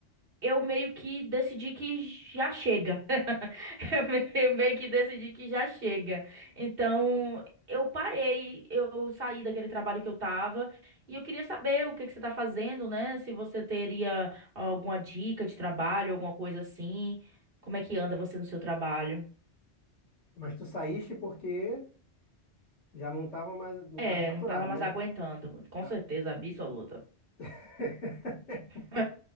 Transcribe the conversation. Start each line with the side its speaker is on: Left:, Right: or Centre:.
Right: eu meio que decidi que já chega. <laughs> Eu meio meio que decidi que já chega. Então, eu parei, eu saí daquele trabalho que eu tava e eu queria saber o que que você tá fazendo, né? Se você teria alguma dica de trabalho, alguma coisa assim. Como é que anda você no seu trabalho?
Left: Mas tu saíste porque já não tava mais, não
Right: É,
Left: tava saturado,
Right: não tava mais
Left: né?
Right: aguentando. Com
Left: Tá.
Right: certeza absoluta.
Left: <laughs>
Right: <laughs>